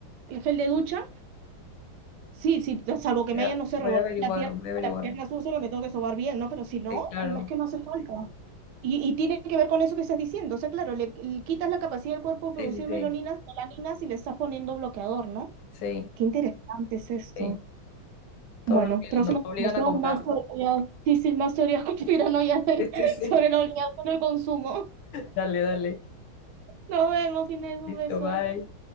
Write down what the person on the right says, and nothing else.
el gel de ducha. Sí, sí, salvo que
me
hayan, no sé,
revolcado
la tierra,
la pierna sucia que me tengo que sobar bien, ¿no? Pero si no,
mm, es que no hace falta. Y, y tiene que ver con eso que estás diciendo. O sea, claro, le, le quitas la capacidad del cuerpo de
producir
melanina, melaninas y le estás poniendo bloqueador, ¿no?
Qué interesante es esto.
Bueno,
próxima
conversación,
más teorías, sí, sí, más teorías conspiranoicas de-
<laughs>
sobre el oleaje del consumo.
Nos vemos, Inés, un
beso.